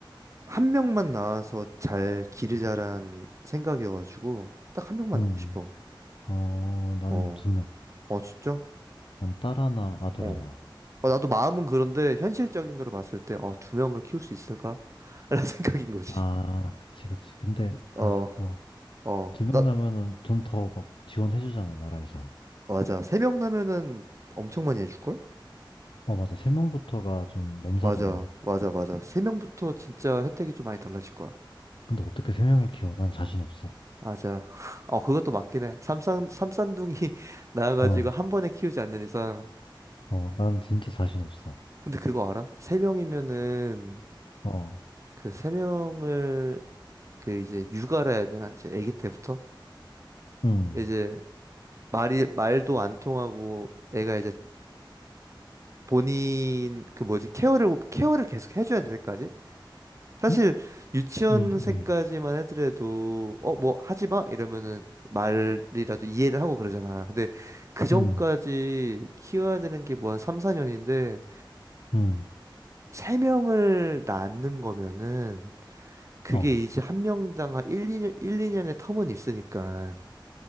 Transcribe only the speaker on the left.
음,
어, 나는
두 명.
난 딸 하나, 아들
하나.
아, 그치, 그치. 근데,
아, 뭐,
두 명
나면은 돈 더 막 지원해주잖아, 나라에서.
어, 맞아. 세 명부터가 좀 넘사더라.
근데 어떻게 세 명을 키워? 난 자신 없어.
어,
어, 난 진짜 자신 없어.
어,
응.
응?
응, 응,
응,
응.
어,